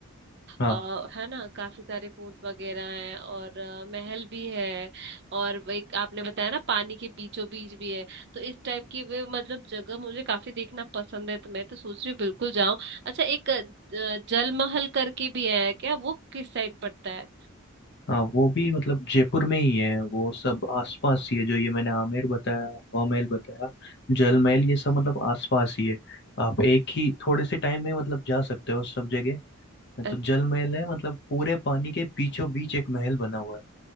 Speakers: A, on the left; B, on the right.
A: हाँ
B: अ, है ना काफी सारे फोर्ट वगैरह हैं और अ, महल भी है और वो एक आपने बताया ना पानी के बीचों बीच भी है तो इस टाइप की वे मतलब जगह मुझे काफी देखना पसंद है तो मैं तो सोच रही हूँ बिल्कुल जाऊं अच्छा एक अ, जल महल करके भी है क्या वो किस साइड पड़ता है
A: हाँ वो भी मतलब जयपुर में ही है वो सब आसपास ही है जो ये मैंने आमेर बताया हवा महल बताया जल
B: हाँ।
A: महल ये सब मतलब आसपास ही है आप एक ही थोड़े से टाइम में मतलब जा सकते हो सब जगह
B: अ-
A: तो जल महल है मतलब पूरे पानी के बीचों बीच एक महल बना हुआ है